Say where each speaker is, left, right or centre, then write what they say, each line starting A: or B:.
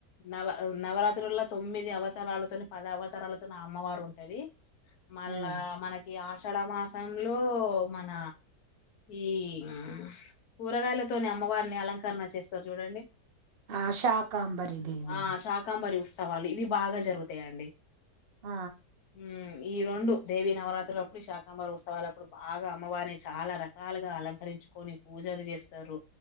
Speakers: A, on the left; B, on the right.
A: నవ నవరాత్రుళ్ళల్లో తొమ్మిది అవతారాలతోని పద అవతారాలతోని అమ్మవారుంటది మల్
B: ఉమ్
A: ల్లా మనకి ఆషాఢ మాసంలో మన ఈన కూరగాయలతోని అమ్మవారిని అలంకరణ చేస్తారు చూడండి
B: ఆ శాకాంబరి దేవి
A: ఆ
B: అని
A: శాకంబరిస్ సవాలివి బాగా జరుగుతాయండి
B: ఆ
A: ఉమ్, ఈ రొండు దేవి నవరాత్రులప్పుడు శాకాంబరి ఉత్సవలప్పుడు బాగా అమ్మవారిని చాలా రకాలుగా అలకరించుకొని పూజ పూజలు చేస్తారు